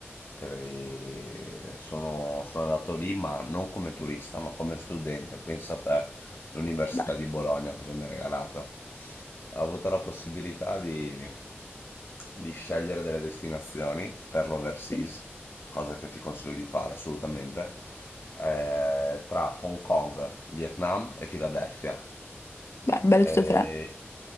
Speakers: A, on the left; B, on the left.
A: Cre- Sono, sono andato lì, ma non come turista, ma come studente. Pensa a te, l'Università
B: Beh,
A: di Bologna cosa mi ha regalato. Ho avuto la possibilità di, di scegliere delle destinazioni per l'overseas
B: sì.
A: cosa che ti consiglio di fare assolutamente, eh, tra Hong Kong, Vietnam e Filadelfia.
B: Beh, belle tutte
A: Eh,
B: e tre.